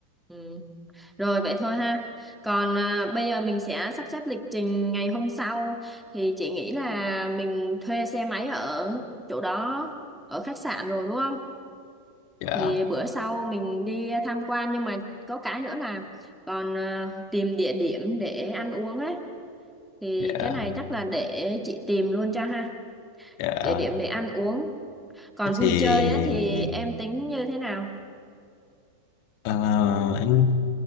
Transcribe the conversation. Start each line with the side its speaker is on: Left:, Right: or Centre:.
Centre: Ừ. Rồi vậy thôi ha. Còn à, bây giờ mình sẽ sắp xếp lịch trình ngày hôm sau thì chị nghĩ là mình thuê xe máy ở chỗ đó ở khách sạn rồi đúng không?
Left: dạ
Centre: Thì bữa sau mình đi tham quan nhưng mà có cái nữa là còn à, tìm địa điểm để ăn uống ấy thì
Left: dạ
Centre: cái này chắc là để chị tìm luôn cho ha.
Left: dạ
Centre: Địa điểm để ăn uống. Còn
Left: thì
Centre: vui chơi á thì em tính như thế nào?
Left: ờ, anh